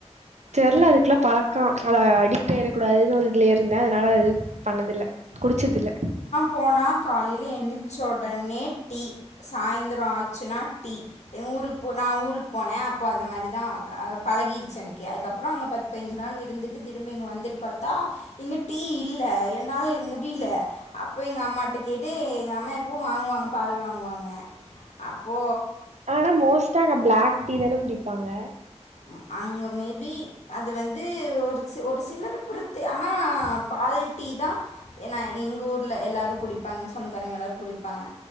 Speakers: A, on the right (about 75°); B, on the left (about 75°).
A: தெர்ல அதுக்குலாப் பழக்க அத அடிக்ட் ஆயிரக்கூடாதுன் ஒர் இதுலே இருந்த அனால அது பண்ணதில்ல குடிச்சதில்ல
B: போனா காலையில எந்திச்ச ஒடனே டீ சாயந்தரோ ஆச்சுன்னா டீ எ ஊருக்கு போ நா ஊருக்கு போன அப்போ அது மாதிரிதா பழகிடுச்சு எனக்கு அதுக்கப்ற அங்க ப பெஞ்சு றாள் இருந்துட்டு திரும்பி இங்க வந்துட் பாத்தா இங்குட் <unintelligible> என்னால முடிய்ல அப்ப எங்க அம்மாட்டெக் எடு எங்க அம்மா எப்போவு வாங்குவாங்க பால் வாங்குவாங்க அப்போ
A: ஆனா மோஸ்டா அங்க பிளாக் டீ தான குடிப்பாங்க
B: ம் அங்க மேபி அது வந்து ஒரு சி ஒரு சிலர பொறுத்து ஆனா பால் ட்டி தா என்னா எங்க ஊர்ல எல்லாரு குடிப்பாங் சொந்தக்காரங்க எல்லாரு குடிப்பாங்க